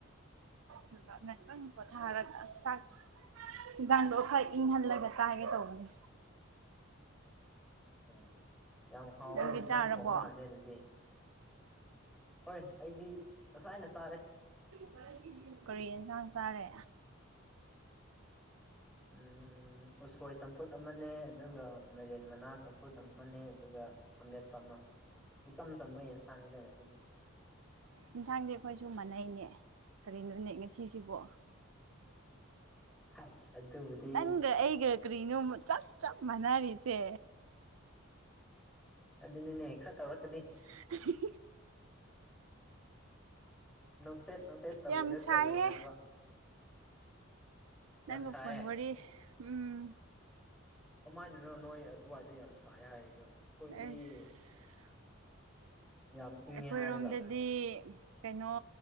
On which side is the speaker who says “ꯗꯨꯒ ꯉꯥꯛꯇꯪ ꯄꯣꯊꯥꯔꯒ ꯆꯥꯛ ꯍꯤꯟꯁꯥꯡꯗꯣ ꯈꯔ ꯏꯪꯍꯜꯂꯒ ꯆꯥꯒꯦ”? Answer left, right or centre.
Right